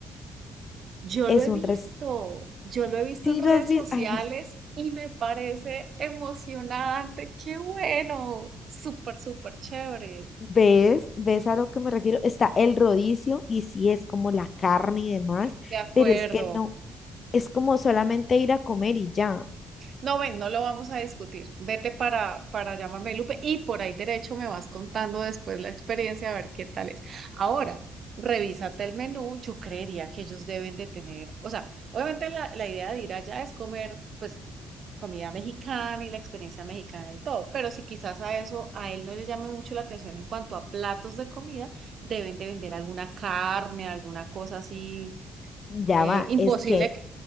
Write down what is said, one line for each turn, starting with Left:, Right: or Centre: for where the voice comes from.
Right: Yo
Left: Es
Right: lo he
Left: un
Right: visto,
Left: res...
Right: yo lo he visto
Left: Sí,
Right: en redes
Left: lo has visto.
Right: sociales
Left: Ay,
Right: y me parece emocionante. ¡Qué bueno! Súper, súper chévere.
Left: ¿Ves? ¿Ves a lo que me refiero? Está el rodicio y sí es como la carne y demás,
Right: De acuerdo.
Left: pero es que no, es como solamente ir a comer y ya,
Right: No, ven, no lo vamos a discutir. Vete para, para llamarme Lupe y por ahí derecho me vas contando después la experiencia a ver qué tal es. Ahora, revísate el menú. Yo creería que ellos deben de tener, o sea, obviamente la, la idea de ir allá es comer, pues, comida mexicana y la experiencia mexicana y todo, pero si quizás a eso a él no le llame mucho la atención en cuanto a platos de comida, deben de vender alguna carne, alguna cosa así.
Left: ya
Right: eh,
Left: va,
Right: imposible
Left: es que,